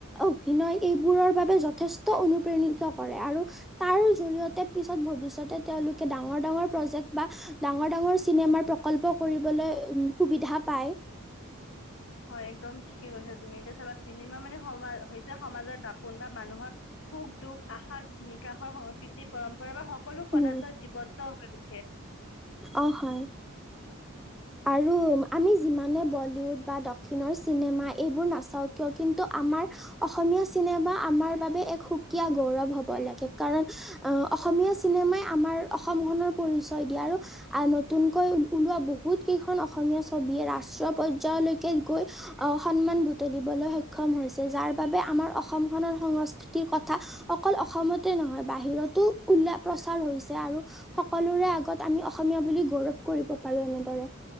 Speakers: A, in the centre; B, on the left (about 65°).
A: অভিনয় এইবোৰৰ বাবে যথেষ্ট অনুপ্ৰেণিত কৰে আৰু তাৰ জৰিয়তে পিছত ভৱিষ্যতে তেওঁলোকে ডাঙৰ ডাঙৰ প্ৰজেক্ট বা ডাঙৰ ডাঙৰ চিনেমাৰ প্ৰকল্প কৰিবলৈ সুবিধা পায়। <inaudible>
B: হয় একদম ঠিকে কৈছা তুমি এতিয়া চাবা চিনেমা মানে সম হৈছে সমাজৰ দাপোন বা মানুহৰ সুখ দুখ আশ নিকশৰ সংস্কৃতি পৰম্পৰা বা সকলো পদাৰ্থ
A: উম,
B: জীৱন্ত হৈ উঠে।
A: অ', হয়। আৰু আমি যিমানে বলিউড বা দক্ষিণৰ চিনেমা এইবোৰ নাচাওঁ কিয় কিন্তু আমাৰ অসমীয়া চিনেমা আমাৰ বাবে এক সুকীয়া গৌৰৱ হব লাগে কাৰণ অ, অসমীয়া চিনেমাই আমাৰ অসমখনৰ পৰিচয় দিয়া আৰু। আহ, নতুনকৈ ওলোৱা বহুত কেইখন অসমীয়া ছবিয়ে ৰাষ্ট্ৰীয় পৰ্যায়লৈকে গৈ। আহ, সন্মান বুটলিবলৈ সক্ষম হৈছে, যাৰ বাবে আমাৰ অসম খনৰ সংস্কৃতি। কথা অকল অসমতে নহয়, বাহিৰতো উল্ল প্ৰচাৰ হৈছে আৰু। সকলোৰে আগত আমি অসমীয়া বুলি গৌৰৱ কৰিব পাৰো এনেদৰে।